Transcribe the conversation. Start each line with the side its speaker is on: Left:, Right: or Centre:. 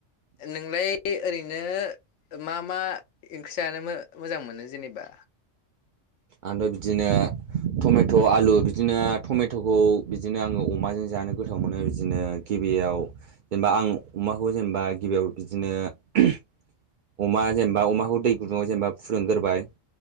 Left: नोंलाय ओरैनो मा मा ओंख्रि जानो मोजां मोनो जेनेबा
Right: ओमफ्राय बिदिनो टमेट' आलु बिदिनो टमेट'खौ बिदिनो आंङो अमाजों जानो गोथाव मोनो बिदिनो गिबियाव जेनेबा आं अमाखौ जेनेबा गिबियाव बिदिनो ओ अमा जेनेबा अमाखौ दै गुदुंङाव जेनेबा फुदुंग्रोबाय